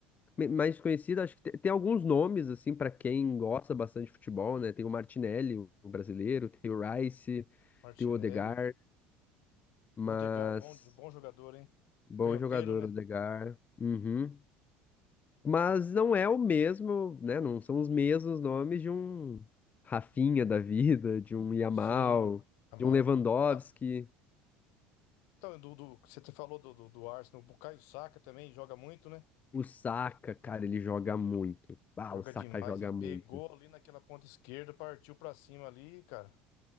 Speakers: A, on the left (about 30°); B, on the left (about 60°).
A: me- mais desconhecido. Acho que te- tem, alguns nomes, assim, pra quem gosta bastante de futebol, né? Tem o Martinelli, o brasileiro. Tem o Rice.
B: Martinelli.
A: Tem o Odegaard. Mas.
B: Odegaard, bom, de- bom jogador, hein?
A: Bom
B: Canhoteiro,
A: jogador,
B: né?
A: Odegaard. Uhum. Mas não é o mesmo, né? Não são os mesmos nomes de um Rafinha da vida, de um Yamal,
B: Sim, tá mal.
A: de um Lewandowski.
B: Ah, então, do, do- você falou do, do, do Arsenal, o Bukayo Saka também joga muito, né?
A: O Saka, cara, ele joga muito. Ah,
B: Joga
A: o Saka
B: demais.
A: joga
B: Ele pegou
A: muito.
B: ali naquela ponta esquerda, partiu pra cima ali, cara.